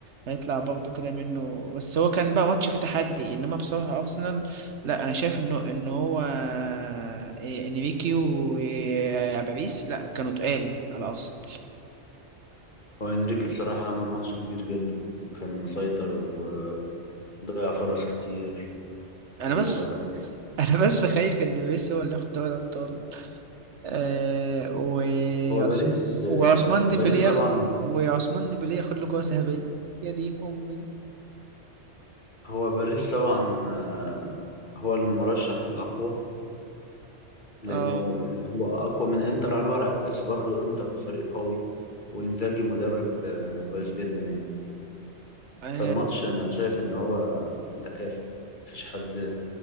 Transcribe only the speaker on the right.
هيطلع برضه كده منه بس هو كان بقى ماتش فيه تحدي انما بصراحة ارسنال لا انا شايف انه ان هو آه، انريكي وباريس لا كانوا تقال على ارسنال
انا
بس <laughs> انا بس خايف ان ميسي هو اللي ياخد دوري الابطال آه و
عث-
وعثمان ديمبلي
ياخد
وعثمان ديمبلي ياخد له كرة ذهبية يا دين امي
اه
اه